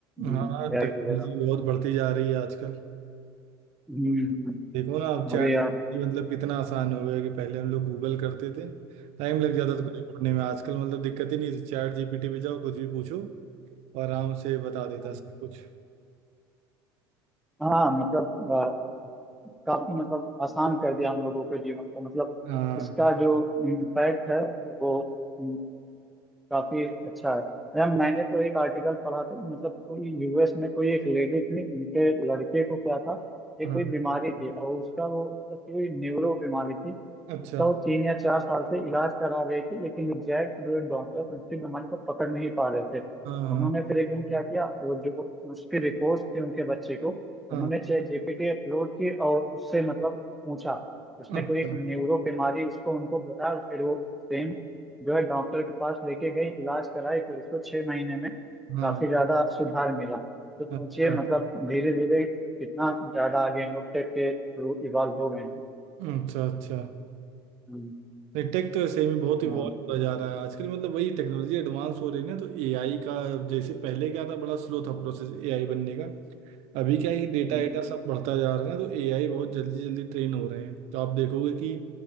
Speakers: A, on the right; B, in the centre.
A: हाँ
B: एआई
A: टेक्नोलॉजी
B: वगैरह
A: बहुत बढ़ती जा रही है आजकल
B: हम्म, हम्म,
A: देखो ना अब चैट
B: अभी आप
A: मतलब कितना आसान हो गया कि पहले हम लोग गूगल करते थे टाइम लग जाता था कुछ ढूंढने में आजकल मतलब दिक्कत ही नहीं है चैट जीपीटी पे जाओ कुछ भी पूछो और आराम से बता देता
B: हम्म,
A: सब कुछ
B: हाँ मतलब अ, काफी मतलब आसान कर दिया हम लोगों के जीवन को मतलब
A: हाँ
B: इसका जो इम्पैक्ट है वो हम्म, काफी अच्छा है यार मैंने तो एक आर्टिकल पढ़ा था कि मतलब कोई यूएस में कोई एक लेडी थी उनके लड़के को क्या था एक
A: हाँ
B: कोई बीमारी थी और उसका वो मतलब कोई न्यूरो बीमारी थी
A: अच्छा
B: उसका वो तीन या चार साल से इलाज करा रही थी लेकिन एग्जैक्ट जो है डॉक्टर उसकी बीमारी को पकड़ नहीं पा रहे थे
A: हाँ हाँ
B: उन्होंने फिर एकदम क्या किया वो जो उसकी रिपोर्ट थी उनके बच्चे को
A: हाँ,
B: उन्होंने चैट जीपीटी अपलोड की और उससे मतलब पूछा उसने
A: अच्छा
B: कोई एक न्यूरो बीमारी उसको उनको बताया फिर वो सेम जो है डॉक्टर के पास लेके गई इलाज कराई फिर उसको छह महीने में
A: हाँ
B: काफी ज्यादा सुधार मिला तो सोचिए
A: अच्छा
B: मतलब धीरे धीरे कितना ज्यादा आगे हम लोग टेक के थ्रू इवॉल्व हो गए हैं
A: अच्छा अच्छा
B: हम्म,
A: नहीं टेक तो सही में बहुत इवॉल्व
B: हाँ,
A: होता जा रहा है आजकल मतलब वही टेक्नोलॉजी एडवांस हो रही है ना तो एआई का जैसे पहले क्या था बड़ा स्लो था प्रोसेस एआई बनने का अभी क्या है डेटा
B: हम्म।
A: एटा सब बढ़ता जा रहा है ना तो एआई बहुत जल्दी जल्दी ट्रेन हो रहे हैं तो आप देखोगे कि